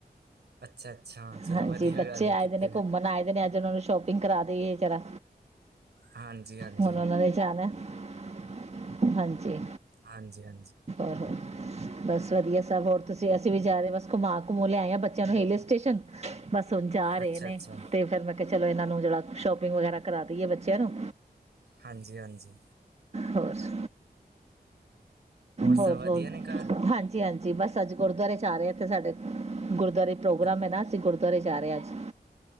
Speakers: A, on the right (about 85°); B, on the right (about 40°).
A: ਅੱਛਾ-ਅੱਛਾ, ਚਲੋ
B: ਹਾਂਜੀ
A: ਵਧੀਆ
B: ਬੱਚੇ
A: ਗੱਲ ਏ
B: ਆਏ
A: ਕਿੱਥੇ
B: ਦੇ ਨੇ
A: ਦਾ।
B: ਘੁੰਮਣ ਆਏ ਦੇ ਨੇ ਅੱਜ ਉਹਨਾਂ ਨੂੰ ਸ਼ੋਪ ਸ਼ੋਪਿੰਗ ਕਰਾ ਦੇਈਏ ਜਰਾ
A: ਹਾਂਜੀ-ਹਾਂਜੀ,
B: ਹੁਣ ਉਹਨਾਂ ਨੂੰ ਵੀ ਜਾਨਾ ਹੈ। ਹਾਂਜੀ
A: ਹਾਂਜੀ ਹਾਂ
B: ਅ ਹ ਬਸ ਵਧੀਆ ਸਬ, ਹੋਰ ਤੁਸੀਂ ਅਸੀਂ ਵੀ ਜਾ ਰਹੇ ਬਸ ਘੁਮਾ ਘੁਮੁ ਲਿਆਏ ਆ ਬੱਚਿਆਂ ਨੂੰ ਹਿਲ ਸਟੇਸ਼ਨ ਬਸ ਹੁਣ ਜਾ ਰਹੇ
A: ਅੱਛਾ
B: ਨੇ
A: ਅੱਛਾ
B: ਤੇ ਫਿਰ ਮੈਂ ਕੇ ਚਲੋ ਇਨਾਂ ਨੂੰ ਜੇੜਾ ਸ਼ੋਪਿੰਗ ਵਗੈਰਾ ਕਰਾ ਦਈਏ ਬੱਚੇਆਂ ਨੂੰ।
A: ਹਾਂਜੀ, ਹਾਂਜੀ।
B: ਹੋਸ। ਹੋਰ
A: ਸਭ ਵਧੀਆ
B: ਹੋਰ,
A: ਨੇ ਘਰ
B: ਹਾਂਜੀ ਹਾਂਜੀ, ਬਸ ਸੱੱਚ ਗੁਰਦੁਆਰੇ ਚ ਆ ਰਹੇ ਇੱਥੇ ਸਾਡੇ। ਗੁਰਦੁਆਰੇ ਪ੍ਰੋਗਰਾਮ
A: ਅ-
B: ਹੈ ਨਾ ਅਸੀ ਗੁਰ ਤਰੇ ਜਾ ਰਏ ਅੱਜ।